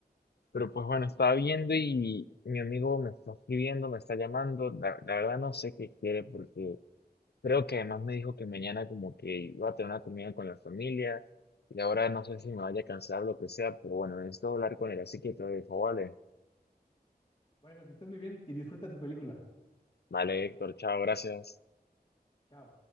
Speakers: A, on the left; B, on the left.
A: Pero pues bueno, estaba viendo y mi amigo me está escribiendo, me está llamando. La, la verdad no sé qué quiere porque Creo que además me dijo que mañana como que iba a tener una comida con la familia y ahora no sé si me vaya a cansar lo que sea, pero bueno, necesito hablar con él, así que te lo dejo, vale.
B: Bueno, que estés muy bien y disfruta tu película.
A: Vale, Héctor, chao, gracias.
B: Chao.